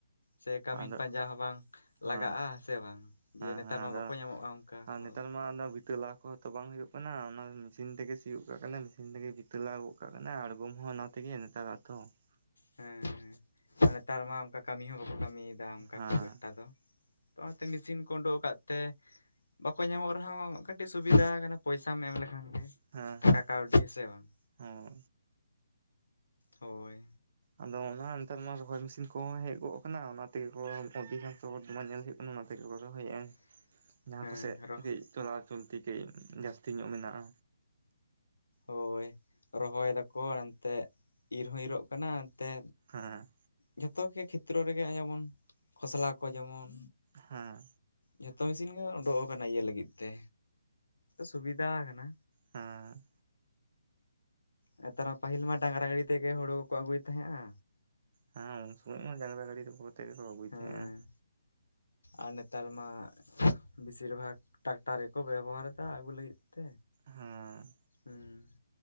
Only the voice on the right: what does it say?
ᱟᱫᱚ
ᱦᱮᱸ
ᱦᱮᱸ
ᱦᱮᱸ
ᱟᱫᱚ
ᱟᱨ
ᱱᱮᱛᱟᱨ ᱢᱟ ᱵᱤᱛᱟᱹ ᱞᱟ ᱠᱚ ᱛᱚ ᱵᱟᱝ ᱦᱳᱭᱳᱜ ᱠᱟᱱᱟ ᱚᱱᱟ ᱢᱮᱥᱤᱱ ᱛᱮᱜᱮ ᱥᱤᱭᱳᱜ ᱠᱟᱜ ᱠᱟᱱᱟ ᱢᱮᱥᱤᱱ ᱛᱮᱜᱮ ᱵᱤᱛᱟᱹ ᱞᱟ ᱜᱚᱜ ᱠᱟᱱᱟ ᱟᱬᱜᱚᱢ ᱦᱚᱸ ᱚᱱᱟ ᱛᱮᱜᱮ ᱱᱮᱛᱟᱨ <unintelligible>
ᱦᱮᱸ
ᱦᱮᱸ
ᱦᱮᱸ
ᱦᱳᱭ
ᱟᱫᱚ ᱚᱱᱟ ᱦᱚᱸ ᱱᱮᱛᱟᱨ ᱢᱟ ᱨᱚᱦᱚᱭ ᱢᱮᱥᱤᱱ ᱠᱚᱦᱚᱸ ᱦᱮᱡ ᱜᱚᱫ ᱠᱟᱱᱟ ᱚᱱᱟ ᱛᱮᱜᱮ ᱚᱫᱷᱤᱠᱟᱝᱥᱚ ᱦᱚᱲ ᱫᱚᱢᱟ ᱧᱮᱞ ᱦᱩᱭᱩᱜ ᱚᱱᱟ ᱛᱮᱜᱮ ᱠᱚ ᱨᱚᱦᱚᱭᱮᱜᱼᱟ
ᱡᱟᱦᱟᱸ ᱠᱚᱥᱮᱫ
ᱠᱟᱹᱡ ᱪᱚᱞᱟᱣ ᱪᱚᱞᱛᱤ ᱠᱟᱹᱡ ᱡᱟᱹᱥᱛᱤ ᱧᱚᱜ ᱢᱮᱱᱟᱜᱼᱟ
ᱦᱮᱸ
ᱦᱮᱸ
ᱦᱮᱸ
ᱦᱮᱸ ᱩᱱ ᱥᱚᱢᱚᱭ ᱦᱚᱸ ᱰᱟᱝᱨᱟ ᱜᱟᱹᱰᱤ ᱛᱮ ᱜᱮᱠᱚ ᱟᱹᱜᱩᱭᱮᱫ
ᱛᱟᱦᱮᱸᱜ-ᱟ
ᱦᱮᱸ